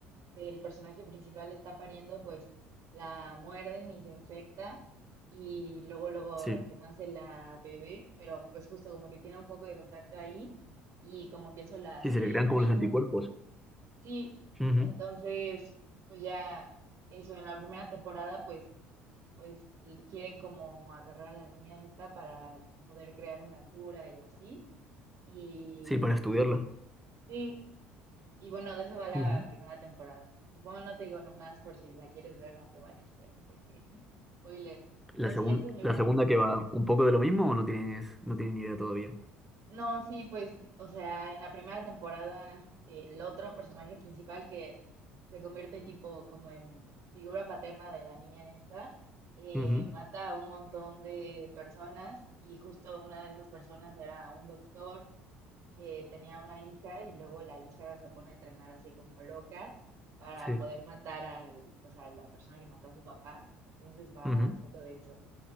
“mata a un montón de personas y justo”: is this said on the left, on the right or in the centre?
Right